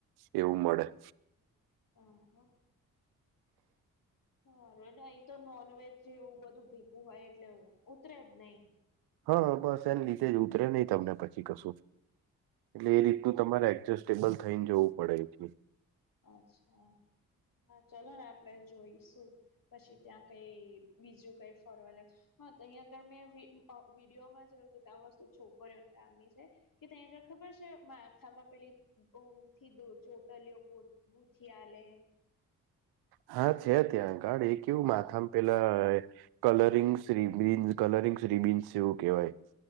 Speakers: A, on the right; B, on the left.
A: એવું મળે
B: આહા સાર ને અહી તો નોનવેજ જેવું બધું ભેગું હોય એટલે ઉતરે જ નહી
A: હા બસ એને લીધે જ ઉતરે નહીિ તમને પછી કશું એટલે
B: હમ
A: એ રીતનુંું તમારે એડજસ્ટ સ્ટેબલ થઈને જવું પડે એથી
B: અચ્છા હા ચલો ને આપણેે જોઈશું પછી ત્યાં કઈ બીજું કઈ ફરવાલગ હા તો અહીંયા આગળ મેં વિડીયોમાં જોયું હતું કે આ વસ્તુ છોકરીઓને કામની છે કે ત્યાં આગળ ખબર છે માથામાં પેલી ન થી ચોટલીયો ગોટ ભૂથિયાલે
A: હા છે ત્યાં આગળ એ કેવું માથામાં પેલા કલરિંગસ્રીબિન્ કલરિંગ્સ ર્રીબિન્સ જેવું કહેવાય